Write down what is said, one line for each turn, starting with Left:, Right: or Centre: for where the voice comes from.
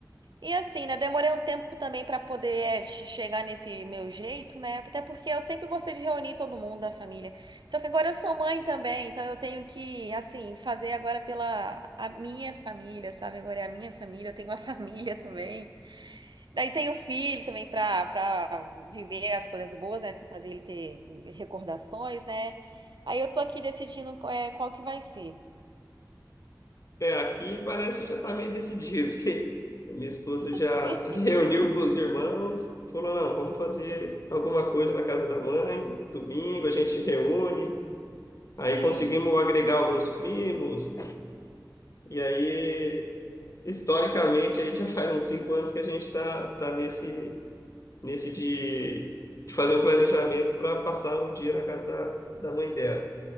Right: E assim, né? Demorei um tempo também pra poder é, che- chegar nesse meu jeito, né? Até porque eu sempre gostei de reunir todo mundo da família. Só que agora eu sou mãe também, então eu tenho que, assim, fazer agora pela a minha família, sabe? Agora é a minha família, eu tenho uma <laughs> família também. Daí tem o filho também para para viver as coisas boas, né? ter- Fazer ele ter recordações, né? Aí eu tô aqui decidindo qual, é, qual que vai ser.
Left: É, aqui parece que já está meio decidido, que a minha esposa
Right: <laughs>
Left: já
Right: Sim,
Left: <laughs> reuniu com os irmãos, falou, não, vamos fazer alguma coisa na casa da mãe, domingo a gente reúne,
Right: sim,
Left: aí conseguimos agregar alguns primos, e aí, historicamente, aí já faz uns cinco anos que a gente está tá nesse, nesse de, de fazer um planejamento para passar um dia na casa da, da mãe dela.